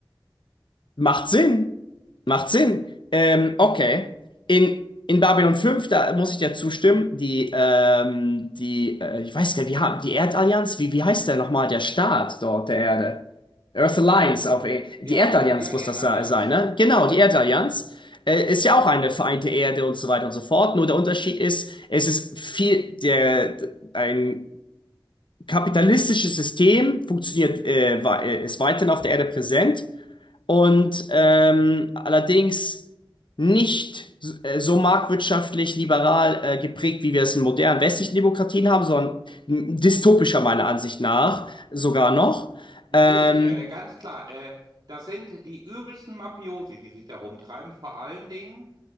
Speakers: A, on the left; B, on the right.
A: Macht Sinn. Macht Sinn. Ähm, okay. In, in Babylon fünf da muss ich dir zustimmen, die, ähm, die, äh, ich weiß gar nicht, wie, ha- die Erdallianz, wie, wie heißt der nochmal, der Staat dort der Erde? Earth Alliance, auf, E- die
B: Ja,
A: Erdallianz
B: ja, Erdallianz
A: muss das se- sein, ne? Genau,
B: ist richtig.
A: die Erdallianz. Äh, ist ja auch eine vereinte Erde und so weiter und so fort. Nur der Unterschied ist, es ist viel, der, ein kapitalistisches System funktioniert, äh, wa- äh, ist weiterhin auf der Erde präsent und ähm, allerdings nicht s- äh, so marktwirtschaftlich liberal äh, geprägt, wie wir es in modernen westlichen Demokratien haben, sondern m- dystopischer meiner Ansicht nach sogar noch.
B: Natürlich,
A: Ähm,
B: äh, ganz klar. Äh, das sind die übelsten Mafiosi, die sich da rumtreiben. Vor allen Dingen